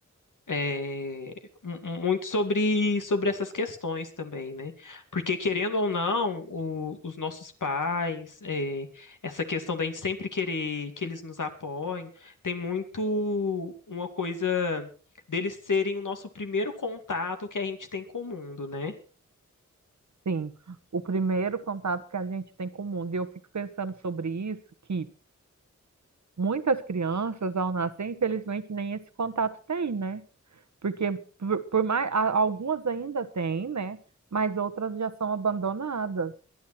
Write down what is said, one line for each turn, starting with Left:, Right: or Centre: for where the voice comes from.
Left: é, mu- mu- muito sobre, sobre essas questões também, né? Porque, querendo ou não, o- os nossos pais, é, essa questão da gente sempre querer que eles nos apoiem, tem muito uma coisa deles serem o nosso primeiro contato que a gente tem com o mundo, né?
Right: sim, o primeiro contato que a gente tem com o mundo. E eu fico pensando sobre isso, que muitas crianças, ao nascer, infelizmente, nem esse contato tem, né? Porque por, por mais a- algumas ainda têm, né? Mas outras já são abandonadas.